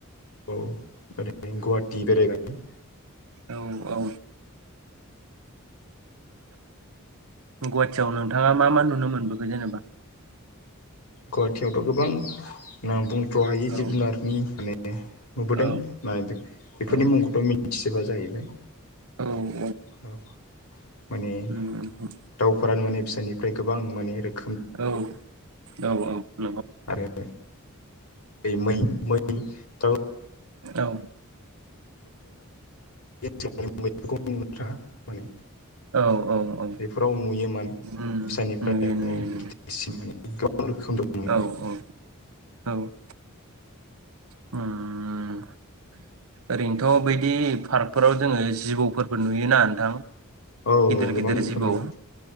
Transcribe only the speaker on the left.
औ <unintelligible> गुवाहाटि बेरायबाइ
गुवाहाटियावथ' गोबां नाम बुंथ्र हायि जिब
जुनारनि माने नुबोदों
ना बेफोरनि
मुंखौथ मिथिजोबा जाहैबाय
औ माने
दाउफोरानो माने फिसानिफ्राय गोबां माने रोखो
आरो बे मै-मै माने <unintelligible> <unintelligible>
फोरखौ नुनो थाङा माने
बेफोराव नुयो माने
फिसानिफ्राय
माने
गिदिरसिम माने गोबां रोखोम दं
औ
गोबां
रोखोमनि